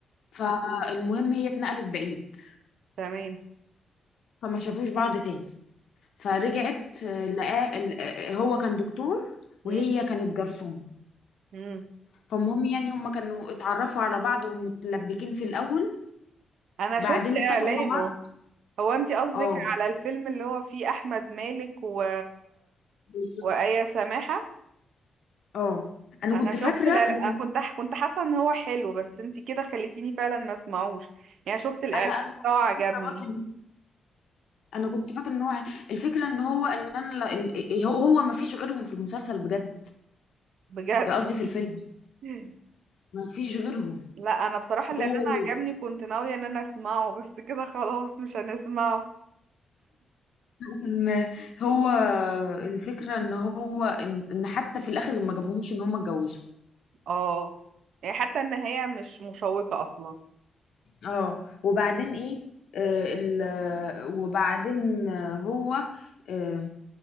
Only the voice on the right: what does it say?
تمام
مم.
مم.
مم.
انا
شفت
اعلانه
هو انت قصدك
على الفيلم اللي هو فيه احمد مالك و...
وآية سماحة
انا
شفت
الإعلان
كنت كنت حاسه ان هو حلو بس انت كده خليتيني فعلا ما اسمعوش يعني شفت الاعلان
بتاعه عجبني
بجد
<laughs>
لا انا بصراحه الاعلان
عجبني كنت ناويه ان انا اسمعه بس كده خلاص مش هنسمعه
اه يعني حتى النهايه مش مشوقه اصلا